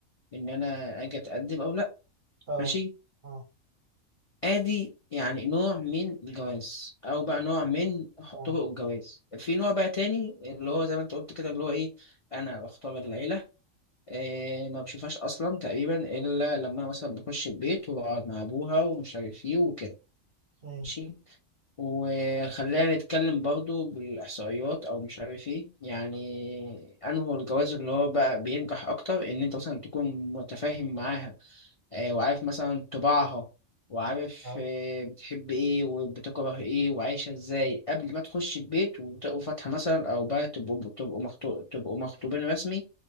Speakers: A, on the left; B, on the right.
A: ان انا اجي اتقدم او لا
B: اه
A: ماشي
B: اه
A: ادي يعني نوع من الجواز او بقى نوع من
B: اه
A: طرق الجواز في نوع بقى تاني اللي هو زي ما انت قلت كده اللي هو ايه انا بختار العيلة إيه ما بشوفهاش اصلا تقريبا الا لما انا مثلا بخش البيت واقعد مع ابوها ومش عارف ايه وكده
B: مم،
A: ماشي وخلينا نتكلم برضو بالاحصائيات او مش عارف ايه يعني انه الجواز اللي هو بقى بينجح اكتر ان انت مثلا تكون متفاهم معاها آه، وعارف مثلا طباعها وعارف
B: اه
A: آه، بتحب ايه وبتكره ايه وعايشة ازاي قبل ما تخش البيت وتقروا فاتحة مثلا او بقى تبقوا تبقوا مخطو- تبقوا مخطوبين رسمي